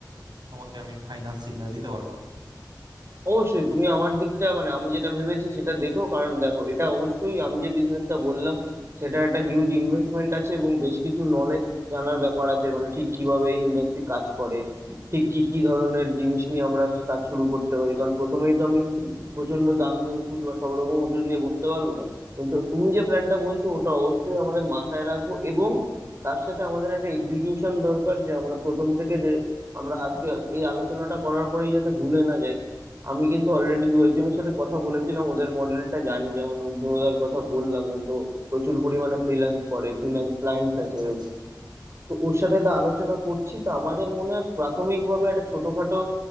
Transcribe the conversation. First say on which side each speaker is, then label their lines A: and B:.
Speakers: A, on the right (about 75°); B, on the right (about 40°).
A: তোমাকে আমি ফাইনাল সিগন্যাল দিতে পারবো
B: অবশ্যই তুমি আমার দিকটা মানে আমি যেটা ভেবেছি সেটা দেখো কারণ দেখো এটা অবশ্যই আমি যে বিজনেসটা বললাম সেটা একটা হিউজ ইনভেস্টমেন্ট আছে এবং বেশ কিছু নলেজ জানার ব্যাপার আছে মানে ঠিক কিভাবে এই ইন্ডাস্ট্রি কাজ করে ঠিক কি কি ধরনের জিনিস নিয়ে আমরা কাজ শুরু করতে পারি কারণ প্রথমেই তো আমি প্রচন্ড দামি ওষুধ বা সব রকম ওষুধ নিয়ে বসতে পারবো না কিন্তু তুমি যে প্ল্যানটা বলছো ওটা অবশ্যই আমাদের মাথায় রাখবো এবং তার সাথে আমাদের একটা এক্সিকিউশন দরকার যে আমরা প্রথম থেকে যে আমরা আজকে এই আলোচনাটা করার পরেই যাতে ভুলে না যাই আমি কিন্তু অলরেডি দু একজনের সাথে কথা বলেছিলাম ওদের মডেলটা জানি যেমন অগ্নিদার কথা বললাম ও তো প্রচুর পরিমাণে ফ্রিল্যান্স করে ফ্রিল্যান্স ক্লায়েন্টস আছে
A: আচ্ছা
B: ওর
A: আচ্ছা
B: তো ওর সাথে একটা আলোচনা করছি তো আমাদের মনে হয় প্রাথমিকভাবে একটা ছোটখাটো